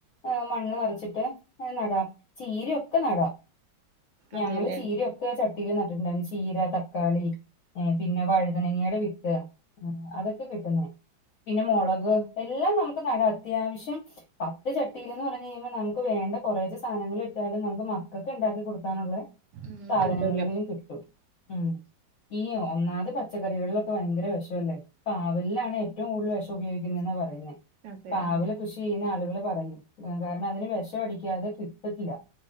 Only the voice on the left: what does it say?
ഏയ് മണ്ണുനിറച്ചിട്ട് നടാം. ചീരയൊക്കെ നടാം. ഞങ്ങളുചീരയൊക്കെ
ചട് പിന്നെ നട്ടിട്ടുണ്ടായിരുന്നു ചീര തക്കാളി ഏയ് പിന്നെ വഴുതനങ്ങയുടെ വിത്ത് അതൊ കിട്ടുന്നേ പിന്നെ മുളകെല്ലാം നമുക്കുനടാം ത്യാവശ്യം പത്തുചട്ടിയിൽലെന്നു പറഞ്ഞുകഴിയുമ്പോൾ നമുക്കുവേ <unintelligible> കുറേയൊക്കെ സാധനങ്ങൾ ഇട്ടാലും നമുക്കുമക്കക്കുണ്ടാക്കി കൊടുക്കാനുള്ളേ
സാധനങ്ങളതിൽ
കിട്ടും ഉം ഈ ഒന്നാത് പച്ചക്കറികളിലൊക്കെ ഭയങ്കര വിഷല്ലേ. പാവലിലാണേറ്റവും കൂടുതൽ വിഷ മുപയോഗിക്കുന്നതെന്നാപറയുന്നേ
പാവലു
കൃഷി ചെയ്യുന്നയാൾ <unintelligible> പറയും കാരണതിനുവിഷം അടിക്കാതെ കിട്ടത്തില്ല